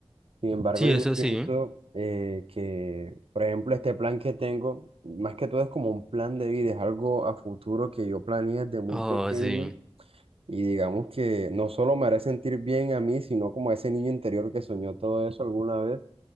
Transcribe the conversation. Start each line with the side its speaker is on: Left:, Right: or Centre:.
Right: Sin embargo,
Centre: Sí,
Right: yo
Centre: eso
Right: siento
Centre: sí.
Right: eh, que, por ejemplo, este plan que tengo, más que todo es como un plan de vida, es algo a futuro que yo planeé desde muy
Centre: Oh,
Right: pequeño
Centre: sí.
Right: Y digamos que no solo me hará sentir bien a mí, sino como a ese niño interior que soñó todo eso alguna vez,